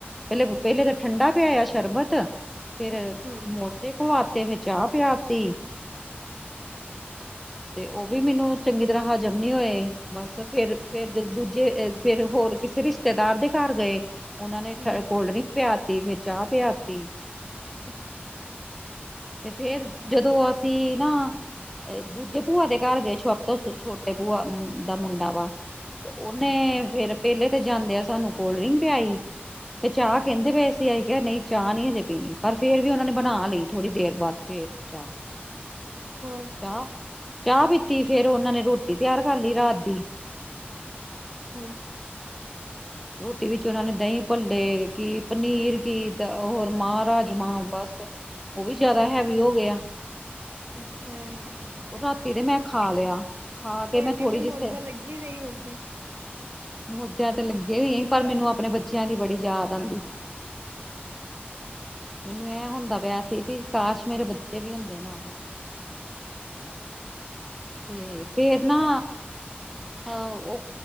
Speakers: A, in the centre; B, on the right.
A: ਪਹਿਲੇ ਪਹਿਲੇ ਤਾਂ ਠੰਡਾ ਪਿਆਇਆ ਸ਼ਰਬਤ ਫੇਰ
B: ਅੱਛਾ
A: ਸਮੋਸੇ ਖਵਾਤੇ ਫਿਰ ਚਾਹ ਪਿਆਤੀ। ਤੇ ਓਵੀ ਮੈਨੂੰ ਚੰਗੀ ਤਰ੍ਹਾਂ ਹਜ਼ਮ ਨੀ ਹੋਏ। ਬਸ ਫੇਰ-ਫੇਰ ਦੂਜੇ ਫੇਰ ਹੋਰ ਕਿਸੇ ਰਿਸ਼ਤੇਦਾਰ ਦੇ ਘਰ ਗਏ ਓਨਾਂ ਨੇ
B: ਹਾਂਜੀ
A: ਕੋਲਡ ਡਰਿੰਕ ਪਿਆਤੀ ਫਿਰ ਚਾਹ ਪਿਆਤੀ।
B: ਅੱਛਾ।
A: ਤੇ ਫੇਰ ਜਦੋਂ ਅਸੀਂ ਨਾ ਦੂਜੇ ਭੂਆ ਦੇ ਘਰ ਗਏ ਛਪ ਤੋਂ ਛੋ ਟੇ ਭੂਆ
B: ਹਾਂਜੀ
A: ਦਾ ਮੁੰਡਾ ਵਾ ਤੇ ਓਨੇ ਫੇਰ ਪਹਿਲੇ ਤੇ ਜਾਂਦੇ ਆਂ ਸਾਨੂੰ ਕੋਲਡ ਡਰਿੰਕ ਪਿਆਈ। ਤੇ ਚਾਹ ਕਹਿੰਦੇ ਪਏ ਅਸੀਂ ਕਿਆ ਨਈ ਚਾਹ ਨੀ ਹਜੇ ਪੀਣੀ ਪਰ ਫੇਰ ਵੀ ਓਨਾਂ ਨੇ ਬਣਾ ਲਈ ਥੋੜ੍ਹੀ ਦੇਰ ਬਾਦ। ਫੇਰ ਚਾਹ।
B: ਹੋਰ।
A: ਚਾਹ-ਚਾਹ ਪੀਤੀ ਫੇਰ ਓਨਾਂ ਨੇ ਰੋਟੀ ਤਿਆਰ ਕਰ ਲਈ ਰਾਤ ਦੀ।
B: ਹੂੰ।
A: ਰੋਟੀ ਵਿੱਚ ਓਨਾਂ ਨੇ ਦਹੀਂ ਭੱਲੇ ਕਿ ਪਨੀਰ ਕੀਤ ਹੋਰ ਮਾਂ ਰਾਜਮਾਂ ਬਸ ਉਹ ਵੀ ਜਿਆਦਾ ਹੈਵੀ ਹੋ ਗਿਆ
B: <unintelligible>
A: ਓ ਰਾਤੀ ਤੇ ਮੈਂ ਖਾ ਲਿਆ ਖਾ
B: ਤੁਹਾਡੀ
A: ਕੇ ਮੈਂ ਥੋੜ੍ਹੀ
B: ਤੇ
A: ਜੀ
B: ਮੌਜਾਂ
A: ਸ
B: ਲੱਗੀ ਰਹੀ ਉਸਦੀ
A: ਮੌਜਾਂ ਤਾਂ ਲੱਗੇ ਹੋਈ ਪਰ ਮੈਨੂੰ ਆਪਣੇ ਬੱਚਿਆਂ ਦੀ ਬੜੀ ਯਾਦ ਆਂਦੀ। ਮੈਨੂੰ ਐ ਹੁੰਦਾ ਪਿਆ ਸੀ ਵੀ ਕਾਸ਼ ਮੇਰੇ ਬੱਚੇ ਵੀ ਹੁੰਦੇ ਨਾ। ਤੇ ਫੇਰ ਨਾ ਅ ਓ